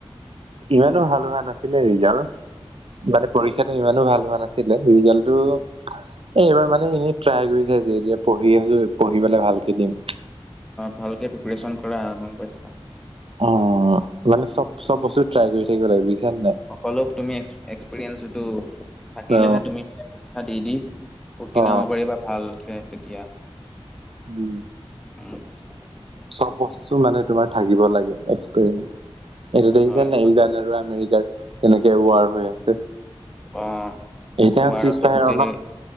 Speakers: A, on the right; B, in the centre.
A: ইমানো ভাল হোৱা নাছিলে ৰিজাল্ট। মানে পৰীক্ষাতটো ইমানো ভাল হোৱা নাছিলে ৰিজাল্টটো। এইবাৰ মানে এনেই ট্ৰাই কৰি চাইছো, এতিয়া পঢ়ি আছো পঢ়ি পেলাই ভালকে দিম।
B: ভালকে প্ৰিপেচন কৰা গম পাইছা।
A: অ, মানে চব চব বস্তু ট্ৰাই কৰি থাকিব লাগে নে নাই?
B: সকলো তুমি এক্সপিৰিয়েঞ্চটো থাকিলেহে
A: অ
B: তুমি, মানে পৰীক্ষা দি- দি উৰ্ত্তীণ
A: অ
B: হ'ব পাৰি ভালকে তেতিয়া
A: উম,
B: <unintelligible>
A: চব বস্তু মানে তোমাৰ থাকিব লাগে এক্সপিৰেঞ্চ। এইটো দেখিছানে
B: হয়,
A: নাই
B: হয়।
A: ইৰাণ আৰু আমেৰিকাৰ কেনেকে ৱাৰ হৈ আছে।
B: অ,
A: এতিয়া
B: ৱাৰটো
A: চিজ ফায়াৰ
B: গোটেই
A: অলপ